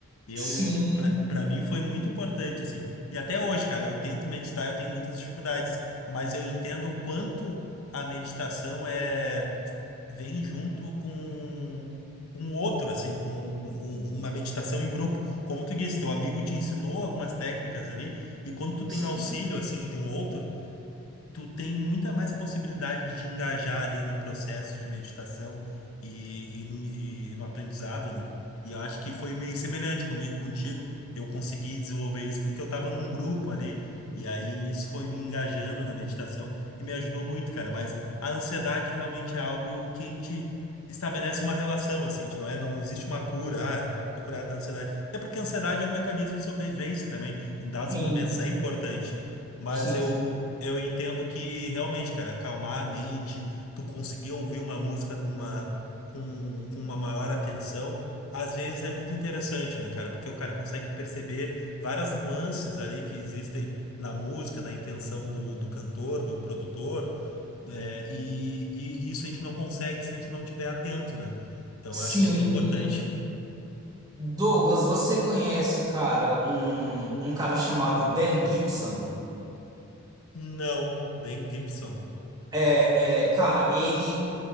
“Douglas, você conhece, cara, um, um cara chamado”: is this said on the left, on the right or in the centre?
Right